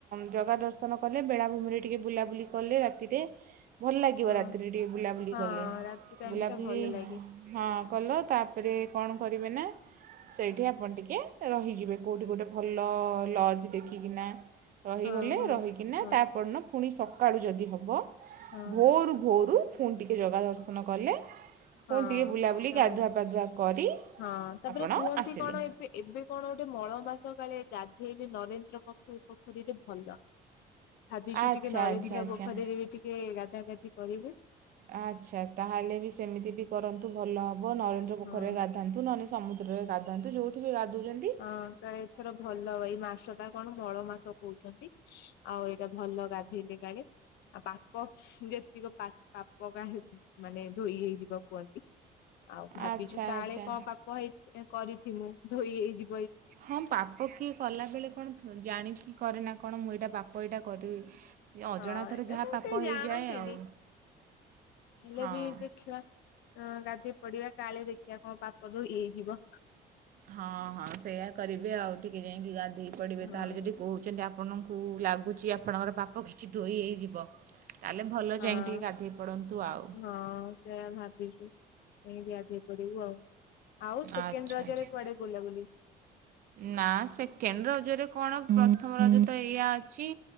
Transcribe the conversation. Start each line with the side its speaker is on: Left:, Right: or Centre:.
Right: ଜଗା ଦର୍ଶନ କଲେ ବେଳାଭୂମିରେ ଟିକେ ବୁଲାବୁଲି କଲେ ରାତିରେ ଭଲ ଲାଗିବ
Left: ହଁ
Right: ରାତିରେ ଟିକେ ବୁଲାବୁଲି
Left: ହଁ
Right: କଲେ।
Left: ରାତି ଟାଇମ
Right: ବୁଲାବୁଲି
Left: ଟା ଭଲ ଲାଗେ
Right: ହଁ କଲ ତାପରେ କଣ କରିବେ ନା ସେଇଠି ଆପଣ ଟିକେ ରହିଯିବେ କୋଉଠି ଗୋଟେ ଭଲ ଲଜ୍ ଦେଖିକିନା ରହିଗଲେ।
Left: ହଁ ହଁ
Right: ରହିକିନା
Left: ହଁ
Right: ତାପର ଦିନ ପୁଣି ସକାଳୁ ଯଦି ହେବ
Left: ହଁ
Right: ଭୋରୁ ଭୋରୁ ଫୁଣି ଟିକେ ଜଗା ଦର୍ଶନ କଲେ,
Left: ହଁ।
Right: ପୁଣି ଟିକିଏ ବୁଲାବୁଲିି
Left: ତାହେଲେ
Right: ଗାଧୁଆ ପାଧୁଆ କରି
Left: ହଁ ତାପରେ
Right: ଆପଣ
Left: କୁହନ୍ତି
Right: ଆସିଲେ
Left: କଣ ଏବେ ଏବେ କଣ ଗୋଟେ ମଳ ମାସ କାଳେ ଗାଧେଇଲେ ନରେନ୍ଦ୍ର ପୋଖ ପୋଖରୀରେ ଭଲ। ଭାବିଛୁ
Right: ଆଚ୍ଛା
Left: ଟିକେ ନରେନ୍ଦ୍ର
Right: ଆଚ୍ଛା ଆଚ୍ଛା
Left: ପୋଖରୀରେ ବି ଟିକେ ଗାଧା ଗାଧି କରିବେ।
Right: ଆଚ୍ଛା ତାହେଲେ ବି ସେମିତି ବି କରନ୍ତୁ ଭଲ ହବ। ନରେନ୍ଦ୍ର ପୋଖରୀରେ
Left: ହଁ
Right: ଗା ଧାନ୍ତୁ, ନହେଲେ ସମୁଦ୍ରରେ ଗାଧନ୍ତୁ ଯୋଉଠି ବି ଗାଧୁଉଛନ୍ତି
Left: ହଁ ତ ଏଥର ଭଲ ଏଇ ମାସ ଟା କଣ ମଳ ମାସ କ ହୁଛନ୍ତି ଆଉ ଏଇଟା ଭଲ ଗାଧେଇଲେ କାଳେ। ଆଉ ପାପ ଯେତିକ ପା ପାପ କା ହେ ମାନେ ଧୋଇ ହେଇଯିବ କୁହନ୍ତି। ଆଉ ଭାବିଛୁ
Right: ଆଚ୍ଛା
Left: କାଳେ
Right: ଆଚ୍ଛା
Left: କଣ ପାପ ହେଇ କରିଥିମୁୁ ଧୋଇ ହେଇଯି
Right: ହଁ ପାପ କ୍ଷ କିଏ କଲାବେଳେ କଣ ଜାଣିକି କରେ ନା କଣ, ମୁଁ ଏଇଟା ପାପ ଏଇଟା କରିବି ଏ ଅଜାଣତରେ
Left: ହଁ ଏଟା
Right: ଯାହା
Left: ତ
Right: ପାପ
Left: କେହି ଜାଣନ୍ତିନି।
Right: ହେଇଯାଏ ଆଉ।
Left: ହେଲେ
Right: ହଁ
Left: ବି ଦେଖିବା। ହଁ ଗାଧେଇ ପଡିବା କାଳେ ଦେଖିବା କଣ ପାପ ଧୋଇ ହେଇଯିବ।
Right: ହଁ ହଁ ସେଇୟା କରିବେ ଆଉ ଟିକେ ଯାଇକି ଗାଧୋଇ ପଡିବେ
Left: ହଁ
Right: ତାହେଲେ ଯଦି କହୁ ଯଦି ଆପଣଙ୍କୁ ଲାଗୁଛି ଆପଣଙ୍କର ପାପ କିଛି ଧୋଇ ହେଇଯିବ। ତାହେଲେ ଭଲ
Left: ହଁ।
Right: ଯାଇକି ଟିକେ ଗାଧେଇ ପଡ଼ନ୍ତୁ ଆଉ।
Left: ହଁ ସେଇଆ ଭାବିଛୁ ଯାଇକି ଗାଧେଇ ପଡିବୁ ଆଉ। ଆଉ ସେକେଣ୍ଡ
Right: ଆଚ୍ଛା
Left: ରଜରେ
Right: ଆଚ୍ଛା
Left: କୁଆଡେ ବୁଲାବୁଲି?
Right: ନା ସେକେଣ୍ଡ ରଜରେ କଣ ପ୍ରଥମ ରଜ ତ ଏଇୟା ଅଛି।